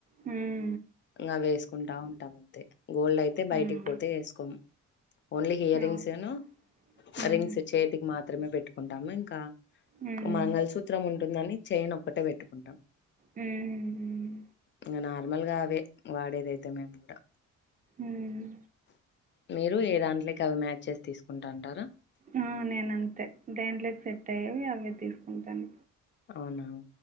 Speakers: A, on the right; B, on the left.
A: ఉమ్మ్
B: ఇంగ అవి ఎసుకుంటా ఉంటాం అంతే గోల్డ్ అయితే బయటికి
A: మ్మ్
B: పోతే ఎసుకోం ఓన్లీ హియరింగ్స్
A: అవును
B: ఏనా
A: మ్మ్
B: రింగ్స్ చేతికి మాత్రమే పెట్టుకుంటాము ఇంకా
A: మ్మ్
B: మంగళసూత్రం ఉంటుందని చైన్ ఒక్కటే పెట్టుకుంటాం
A: మ్మ్
B: ఇంగ నా నార్మల్గా అవే వాడేదైతే మేము కూడా
A: ఉమ్మ్
B: మీరు ఏ దాంట్లోకి అవి మ్యాచ్ చేసి తీసుకుంటా అంటారా
A: ఆ నేనంతే దేంట్లోకి సెట్ అయ్యేవి అవే తీసుకుంటాను
B: అవునా